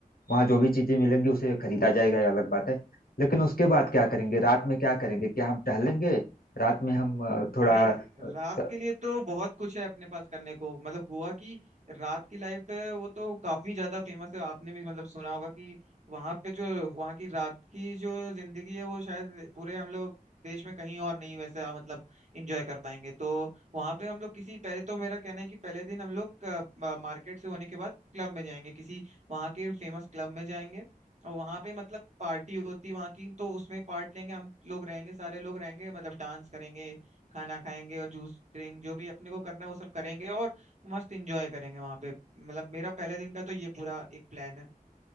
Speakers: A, on the left (about 80°); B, on the right (about 50°).
A: वहाँ जो भी चीजें मिलेंगी उसे खरीदा जाएगा ये अलग बात है लेकिन उसके बाद क्या करेंगे रात में क्या करेंगे क्या हम टहलेंगे रात में हम अ, थोड़ा
B: नहीं
A: अ,
B: रात
A: थ-
B: के लिए तो बहुत कुछ है अपने पास करने को मतलब गोवा की रात की लाइफ है वो तो काफी ज्यादा फेमस है आपने भी मतलब सुना होगा कि वहां पे जो वहां की रात की जो जिंदगी है वो शायद पूरे हम लोग देश में कहीं और नहीं वैसे आ, मतलब एंजॉय कर पाएंगे तो वहां पे हम लोग किसी पहले तो मेरा कहना है कि पहले दिन हम लोग मार्केट से होने के बाद क्लब में जाएंगे किसी वहां के फेमस क्लब में जाएंगे और वहां पे मतलब पार्टी होती है वहां की तो उसमें पार्ट लेंगे हम लोग रहेंगे सारे लोग रहेंगे मतलब डांस करेंगे खाना खाएंगे और जूस ड्रिंक जो भी अपने को करना है वो सब करेंगे और मस्त इंजॉय करेंगे वहां पे मतलब मेरा पहले दिन का तो ये पूरा एक प्लान है